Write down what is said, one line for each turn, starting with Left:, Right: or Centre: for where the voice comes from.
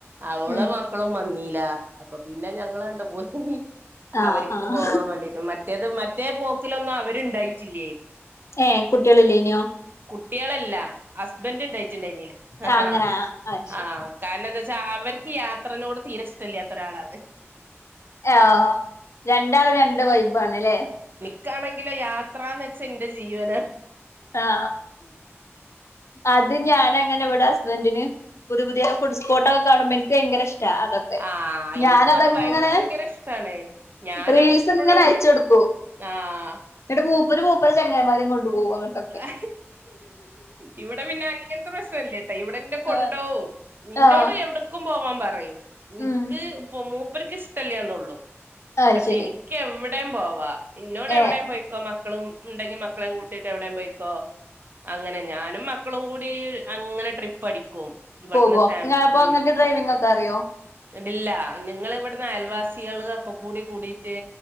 Right: അവളും
Left: ഉം
Right: മക്കളും വന്നി- ല്ല അപ്പൊ പിന്നെ ഞങ്ങളങ്ങട് പോയി
Left: ആഹ്
Right: അവർക്ക്
Left: ആഹ്
Right: പോവാൻ വേണ്ടിട്ട് മറ്റേത് മ മറ്റേ പോക്കിലൊന്നും അവരുണ്ടായിട്ടില്ലായിരുന്നു
Left: ഏ കുട്ടികളില്ലേനോ
Right: കുട്യ ളല്ല ഹസ്ബന്റ് ഉണ്ടായിട്ടുണ്ടായില്ല ആ
Left: ആഹ്
Right: ഹ്
Left: അങ്ങനെ ആഹ് അത് ശരി
Right: അ കാരണം എന്താ- അവർക്ക് യാത്രനോട് തീരെ ഇഷ്ടല്ലാത്ത ഒരാളാണ്
Left: ആ രണ്ടാളും രണ്ട് വൈ ബാണ്ല്ലേ
Right: ക്കാണെങ്കിലോ യാ ത്രാന്ന് വെച്ചാ ഐന്റെ ജീവനാ
Left: ആ അത് ഞാനങ്ങനെ ഇവിടെ ഹസ്ബൻ്റിന് പുതിയ പുതിയ ഫുഡ് സ്പോട്ടൊക്കെ കാണുമ്പോൾ എനിക്ക് ഭയങ്കര ഇഷ് ടാ അതൊക്കെ
Right: ആഹ്
Left: ഞാനതെങ്ങനെ
Right: എനിക്കും അത് ഭയങ്കര ഇഷ്ടാണ് ഞാനെപ്പഴും
Left: റീൽസ് ഇങ്ങനെ അയച്ചു കൊടുക്കും
Right: ആഹ്
Left: എന്നിട്ട് മൂ മൂപ്പര് മൂപ്പരുടെ ചങ്ങായിമാരേം കൊണ്ടു പോകും അങ്ങട്ടൊക്കെ
Right: ആ ഇവിടെ പിന്നെ അങ്ങനത്തെ പ്രശ്നല്ലട്ടാ ഇവിടെന്നെ കൊണ്ടോവും
Left: ആഹ്
Right: നിന്നോട്
Left: ആഹ്
Right: എവിട്ക്കും പോവാൻ പറയും നിക്ക്
Left: ഉം
Right: ഇപ്പൊ മൂ മൂപ്പർക്ക് ഇഷ്ടല്യാനേ ഉള്ളൂ
Left: അത്
Right: പക്ഷെ
Left: ശരി
Right: എനിക്ക് എവ എവിടെയും പോവാ ഇന്നോട് എവിടെയും
Left: ഏഹ്
Right: പോയിക്കോ മക്കളും ഉണ്ടെങ്കി മക്കളേ കൂ ട്ടീട്ട് എവിടേം പോയിക്കോ അങ്ങനെ ഞാനും മക്കളും കൂടി അങ്ങനെ ട്രിപ്പ് അടിക്കും ഇവിടുന്ന്
Left: പോകോ
Right: ഫാം
Left: നിങ്ങള് അപ്പൊ
Right: ഉം
Left: ഇങ്ങക്ക് ഡ്രൈവിംഗ് ഒക്കെ അറിയോ
Right: വിടില്ല നിങ്ങ ഇവിടുന്ന് അയൽവാസി കുട്ടികള് ഒക്കെ കൂടി കൂടിട്ട്